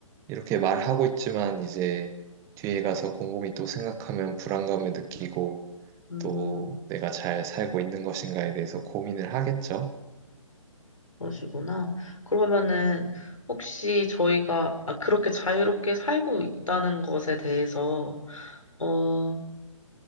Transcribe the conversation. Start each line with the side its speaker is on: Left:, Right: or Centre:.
Right: 이렇게 말하고 있지만 이제 뒤에 가서 곰곰이 또 생각하면 불안감을 느끼고
Left: 음.
Right: 또 내가 잘 살고 있는 것인가에 대해서 고민을 하겠죠.
Left: 그러시구나. 그러면은 혹시 저희가 아, 그렇게 자유롭게 살고 있다는 것에 대해서 어,